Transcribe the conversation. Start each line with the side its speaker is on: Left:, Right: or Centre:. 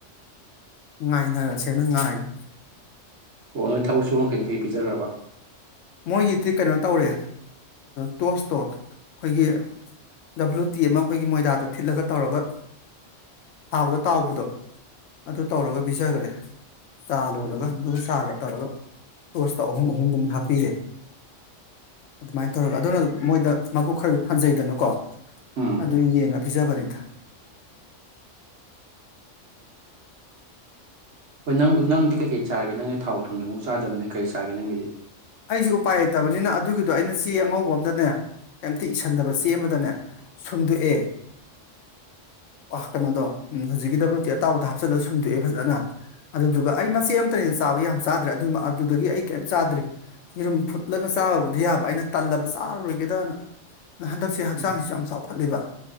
Left: ꯉꯥꯏꯅꯔꯁꯦꯅ ꯉꯥꯏꯔꯤ
Right: ꯑꯣ ꯅꯣꯏ ꯊꯕꯛ ꯁꯨꯕ ꯈꯩꯗꯤ ꯀꯩ ꯄꯤꯖꯈ꯭ꯔꯕ
Left: ꯃꯣꯏꯒꯤꯗꯤ ꯀꯩꯅꯣ ꯇꯧꯔꯦ ꯇꯣꯁꯇꯣ ꯑꯩꯈꯣꯏꯒꯤ ꯗꯕꯂꯨꯇꯤ ꯑꯃ ꯑꯈꯣꯏꯒꯤ ꯃꯣꯏꯗꯥꯗ ꯊꯤꯠꯂꯒ ꯇꯧꯔꯒ ꯊꯥꯎꯗ ꯇꯥꯎꯕꯗꯣ ꯑꯗꯨ ꯇꯧꯔꯒ ꯄꯤꯖꯈ꯭ꯔꯦ ꯆꯥ
Right: ꯑꯣ
Left: ꯂꯣꯜꯂꯒ ꯑꯗꯨ ꯆꯥꯒ ꯇꯧꯔꯒ ꯇꯣꯁꯇꯣ ꯑꯍꯨꯝ ꯑꯍꯨꯝꯒꯨꯝ ꯍꯥꯞꯄꯤꯔꯦ ꯑꯗꯨꯃꯥꯏ ꯇꯧꯔꯒ ꯑꯗꯨꯅ ꯃꯣꯏꯗ ꯃꯕꯨꯛ ꯈꯔ ꯖꯨ ꯊꯟꯖꯩꯗꯅꯀꯣ
Right: ꯎꯝ
Left: ꯑꯗꯨ ꯌꯦꯡꯉ ꯄꯤꯖꯕꯅꯤꯗ
Right: ꯍꯣꯏ ꯅꯪꯕꯨ ꯅꯪꯗꯤ ꯀꯩ ꯀꯩ ꯆꯥꯔꯒꯦ ꯅꯪꯒꯤ ꯊꯥꯎ ꯊꯨꯝꯗꯨꯃꯨꯛ ꯆꯥꯗꯝꯅꯤꯅ ꯀꯔꯤ ꯆꯥꯔꯒꯦ ꯅꯪꯒꯤꯗꯤ
Left: ꯑꯩꯖꯨ ꯎꯄꯥꯏ ꯂꯩꯇꯕꯅꯤꯅ ꯑꯗꯨꯒꯤꯗꯣ ꯑꯩꯅ ꯆꯦ ꯑꯉꯧꯕ ꯑꯝꯗꯅꯦ ꯀꯩꯝꯇ ꯏꯁꯟꯗꯕ ꯆꯦ ꯑꯃꯗꯅꯦ ꯁꯨꯝꯗꯣꯛꯑꯦ ꯑ ꯀꯩꯅꯣꯗꯣ ꯎꯝ ꯍꯧꯖꯤꯛꯀꯤ ꯗꯕꯂꯨꯇꯤ ꯑꯇꯥꯎꯗ ꯍꯥꯞꯆꯜꯂ ꯁꯨꯝꯗꯣꯛꯑꯦ ꯐꯖꯅ ꯑꯗꯨꯗꯨꯒ ꯑꯩ ꯃꯆꯦ ꯑꯝꯇꯅꯤꯗ ꯆꯥꯕ ꯌꯥꯝ ꯆꯥꯗ꯭ꯔꯦ ꯑꯗꯨ ꯑꯗꯨꯗꯒꯤ ꯑꯩ ꯀꯩꯏꯝ ꯆꯥꯗ꯭ꯔꯤ ꯌꯦꯔꯨꯝ ꯐꯨꯠꯂꯒ ꯆꯥꯕꯕꯨꯗꯤ ꯌꯥꯕ ꯑꯩꯅ ꯇꯜꯂꯕ ꯆꯥꯔꯔꯣꯏꯒꯗꯅ ꯍꯟꯗꯛꯁꯦ ꯍꯛꯆꯥꯡꯁꯤꯁꯨ
Right: ꯎꯝ
Left: ꯌꯥꯝ ꯆꯥꯎ ꯈꯠꯂꯤꯕ